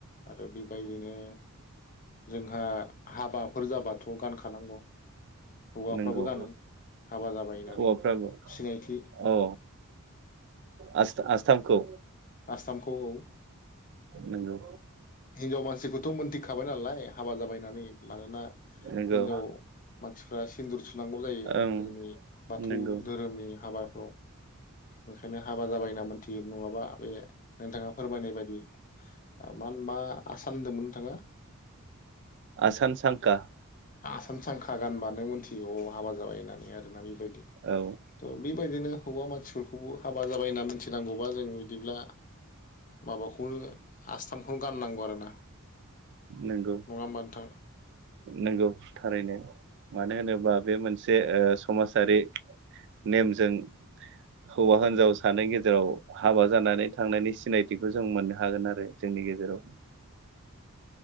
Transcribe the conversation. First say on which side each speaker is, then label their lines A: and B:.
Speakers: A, on the left; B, on the right.
A: आरो बेबायदिनो जोंहा हाबाफोर जाबाथ' गानखानांगौ हौवाफ्राबो
B: नंगौ
A: गानो हाबा जाबाय होननानै
B: हौवाफ्राबो
A: सिनायथि
B: औ आस्था-आस्थाम खौ।
A: आसामखौ औ।
B: नोंगौ।
A: हिनजाव मानसिखौथ' मोनथिखाबाय नालाय हाबा जाबाय होननानै। मानोना
B: नंगौ
A: हिनजाव मानसिफ्रा सिन्दुर थुनांगौ जायो
B: ओं
A: जोंनि बाथौ
B: नंगौ
A: धोरोमनि हाबाफ्राव बेखायनो हाबा जाबाय होनना मोनथियो नङाबा बे नोंथाङा फोरमायनाय बायदि मा होन मा आसान होनदोंमोन नोंथाङा?
B: आसान सांखा।
A: आसाम सांखा गानबानो मोनथियो अ हाबा जाबाय होननानै आरो। माने बै थ
B: औ
A: बेबायदिनो हौवा मानसिफोरखौबो हाब हाबा जाबाय होनना मिथिनांगौबा जों, बिदिब्ला माबाखौनो आसथामखौनो गाननांगौ आरोना।
B: नंगौ
A: नङा होमबा नोंथां
B: नंगौ। थारैनो मानो होनोबा। बे मोनसे समाजारि नेमजों। हौवा
A: औ
B: हिनजाव सानै गेजेराव जेराव हाबा जानानै थांनायनि सिनायथिखौ जों मोननो हागोन आरो। जोंनि गेजेराव।